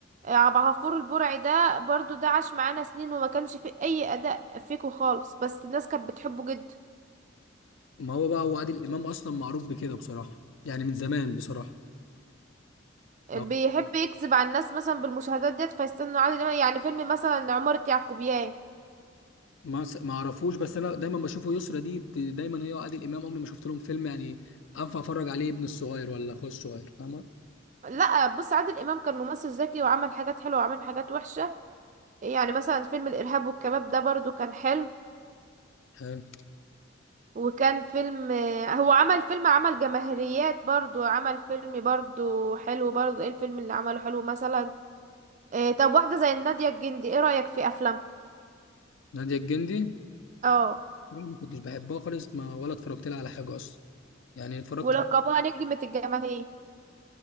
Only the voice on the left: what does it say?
ما هو بقى هو عادل امام اصلا معروف بكده بصراحه يعني من زمان بصراحه ما
ما ما اعرفوش بس انا دايما بشوفه يسرا دي بت... دايما هي وعادل امام عمري ما شفت لهم فيلم يعني انفع اتفرج عليه ابن الصغير ولا اخويا الصغير فاهمه
حلو
ناديه الجندي
دي ما كنتش بحبها خالص ما ولا اتفرجت لها على حاجه اصلا يعني اتفرجت